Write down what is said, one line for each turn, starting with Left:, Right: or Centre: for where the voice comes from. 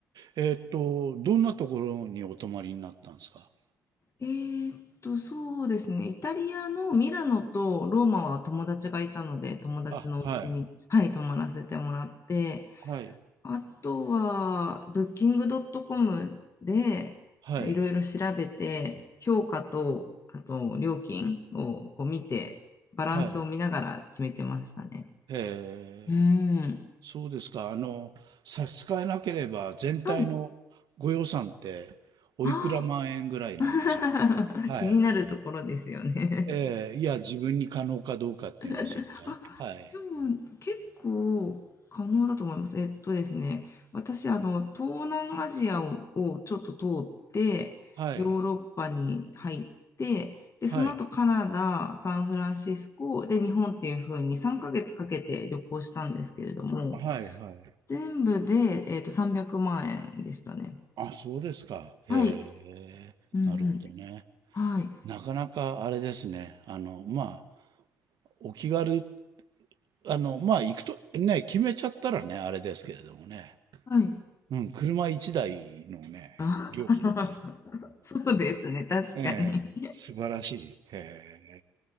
Right: えーっと、どんなところにお泊まりになったんですか
Left: えーっと、そうですね。イタリアのミラノとローマは友達がいたので、友達のうちに、
Right: あ、はい、
Left: はい、泊まらせてもらって、
Right: はい、
Left: あとは、ブッキングドットコムでいろいろ調べて、
Right: はい、
Left: 評価と、あと料金をこう見て、バランスを見ながら決めてましたね。
Right: はい。へえ、
Left: うん。
Right: そうですか。あの、差し支えなければ、全体のご予算って、
Left: はい。
Right: おいくら万円ぐらいなんでしょ
Left: ああ。<laughs>
Right: うはい。
Left: 気になるところですよね。
Right: ええ、いや、自分に可能かどうかっていうのを知りたい。
Left: <laughs>
Right: はい、
Left: でも結構可能だと思います。えっとですね、私、あの、東南アジアを、をちょっと通って、
Right: はい、
Left: ヨーロッパに入って、で、
Right: はい、
Left: その後カナダ、サンフランシスコ、で、日本っていう風に3ヶ月かけて旅行したんですけれども、
Right: はい、はい。
Left: 全部で、えっと、300万円でしたね。
Right: あ、そうですか。
Left: はい。
Right: へえ、
Left: うんうん。
Right: なるほどね。
Left: はい。
Right: なかなかあれですね。あの、まあ、お気軽、あの、まあ、行くと、ね、決めちゃったらね、あれですけれどもね。
Left: はい。
Right: うん、車1台のね、
Left: あ
Right: 料金ですね。
Left: <laughs> そうですね、確かに。
Right: ええ、素晴らしい。へ